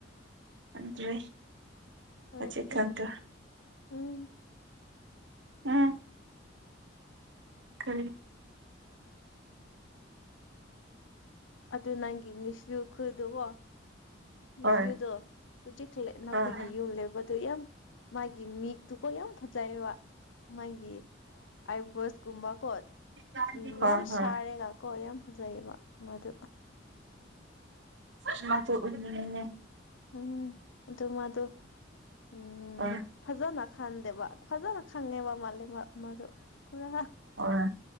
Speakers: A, on the right (about 65°); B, on the left (about 80°).
A: ꯑꯗꯔꯤ
B: ꯍꯣꯏ
A: ꯆꯤ ꯀꯗ
B: ꯎꯝ
A: ꯎꯝ ꯀꯔꯤ
B: ꯑꯗꯨ ꯅꯪꯒꯤ ꯅꯤꯁ ꯈꯨꯜꯗꯨꯀꯣ
A: ꯍꯣꯏ
B: ꯐꯌꯨꯗꯣ
A: ꯍꯣꯏ
B: ꯍꯧꯖꯤꯛ ꯅꯈꯣꯏꯒꯤ
A: ꯑꯣ
B: ꯌꯨꯝ ꯂꯦꯛꯕꯗꯨ ꯌꯥꯝ ꯃꯥꯒꯤ ꯃꯤꯛꯇꯨꯀꯣ ꯌꯥꯝ ꯐꯖꯩꯑꯕ ꯃꯥꯒꯤ ꯑꯥꯏꯕ꯭ꯔꯣꯁꯀꯨꯝꯕꯀꯣ
A: ꯍꯣꯏ
B: ꯎ ꯌꯥꯝ
A: ꯍꯣꯏ
B: ꯁꯥꯔꯦꯒ ꯀꯣ ꯌꯥꯝ ꯐꯖꯩꯑꯕ ꯃꯗꯨ
A: ꯎ ꯃ ꯃꯥ ꯎ
B: ꯎꯝ ꯑꯗꯨꯃ ꯑꯗꯨ ꯎꯝ
A: ꯍꯣꯏ
B: ꯐꯖꯅ ꯈꯪꯗꯦꯕ ꯐꯖꯅ ꯈꯪꯉꯦꯕ ꯃꯥꯜ ꯃꯗꯨ ꯄꯨꯔꯥ
A: ꯍꯣꯏ